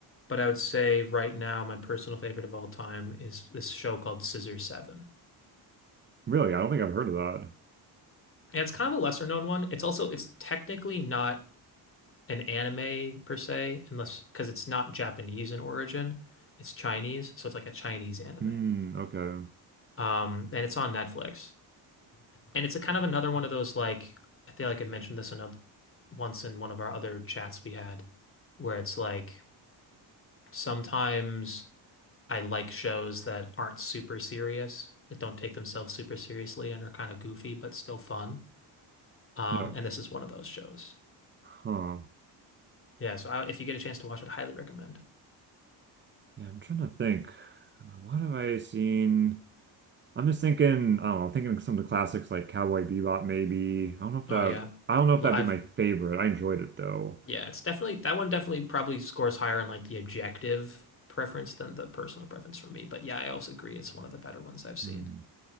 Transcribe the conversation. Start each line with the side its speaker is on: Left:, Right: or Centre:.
Left: but I would say right now my personal favorite of all time is this show called Scissor Seven.
Right: Really, I don't think I've heard of that.
Left: Yeah, it's kind of a lesser known one. It's also it's technically not an anime per se, unless because it's not Japanese in origin. It's Chinese, so it's like a Chinese anime.
Right: Hmm. Okay.
Left: Um, and it's on Netflix. And it's a kind of another one of those like I feel like I mentioned this another once in one of our other chats we had, where it's like sometimes I like shows that aren't super serious, that don't take themselves super seriously and are kind of goofy but still fun. Um,
Right: Yeah.
Left: and this is one of those shows.
Right: Huh.
Left: Yeah, so I, if you get a chance to watch it, highly recommend.
Right: Yeah, I'm trying to think. Uh, What have I seen? I'm just thinking. I don't know. Thinking of some of the classics like Cowboy Bebop, maybe. I don't know if that.
Left: Oh yeah,
Right: I don't know if
Left: L-
Right: that'd
Left: I've
Right: be my favorite. I enjoyed it though.
Left: yeah, it's definitely that one. Definitely probably scores higher in like the objective preference than the personal preference for me. But yeah, I also agree it's one of the better ones I've seen.
Right: Hmm.